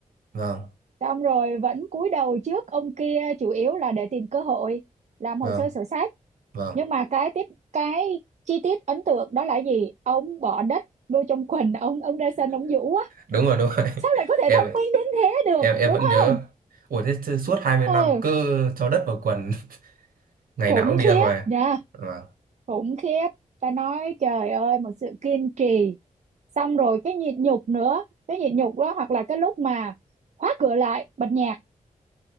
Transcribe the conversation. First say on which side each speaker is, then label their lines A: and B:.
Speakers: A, on the right; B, on the right.
A: vâng
B: xong rồi vẫn cúi đầu trước ông kia chủ yếu là để tìm cơ hội làm
A: vâng
B: hồ sơ sổ sách
A: vâng
B: nhưng mà cái tiếp cái chi tiết ấn tượng đó là gì ông bỏ đất vô trong quần ông ông ra sân ông vũ á
A: đúng rồi đúng rồi
B: sao
A: <laughs>
B: lại có thể
A: em
B: thông minh đến thế được
A: em em
B: đúng
A: vẫn nhớ
B: không
A: ủa thế chứ suốt hai mươi
B: ừ
A: năm cứ cho đất vào quần <laughs> ngày
B: khủng
A: nào cũng đi
B: khiếp
A: ra ngoài
B: nha
A: vâng
B: khủng khiếp ta nói trời ơi một sự kiên trì xong rồi cái nhịn nhục nữa cái nhịn nhục đó hoặc là cái lúc mà khóa cửa lại bật nhạc